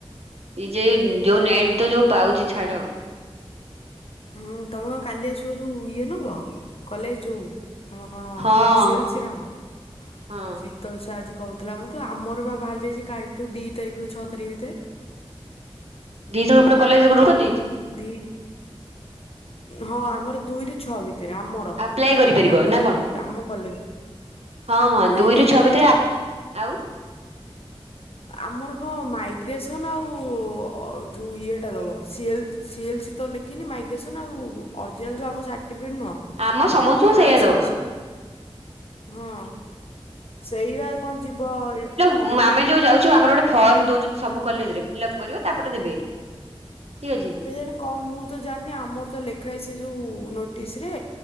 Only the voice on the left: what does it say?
ହୁଁ ତମେ କାଲି ଆସିବ ଯୋଉ ଇଏ ନବ। କଲେଜ ଯୋଉ ତମେ କଣ
ସି ଏଲ୍ ସି ନାଁ କଣ
ଶି ତାହେଲେ ସେ ଆଜି କହୁଥିଲା ମତେ ଆମର ବାହାରି ଯାଇଚି କାଲିଠୁ ଦି ତାରିଖରୁ ଛଅ ତାରିଖ ଭିତେରେ।
ଦି ହଁ ଆମର ଦୁଇରୁ ଛଅ ଭିତରେ ଆମ ର
ହେଇଛି
ଆଦିକବି
ଆମ କଲେଜ୍ ରେ,
ଆପ୍ଲାଏ
ତ
ନୁହଁ?
ଆମର କଣ ମାଇଗ୍ରେସନ୍ ଆଉ ଯେଉ ଇଏଟା ଦବ, ସିଏଲ୍ ସିଏଲ୍ ସି ତ ଲେଖିନି, ମାଇଗ୍ରେସନ୍ ଆଉ ଅରିଜିନାଲ୍ ଯୋଉ ଆମ ସାର୍ଟିଫିକେଟ୍ ନୁହଁ
ଯୋଉ ମାର୍କସିିଟ୍
ହଁ। ସେଇବା କଣ ଯିବ ଏ
କେଜାଣି କଣ ମୁଁ ତ ଜାଣିନି, ଆମର ତ ଲେଖା ହୁଏ ସେ ଯୋଉ ନୋଟିସ୍ ରେ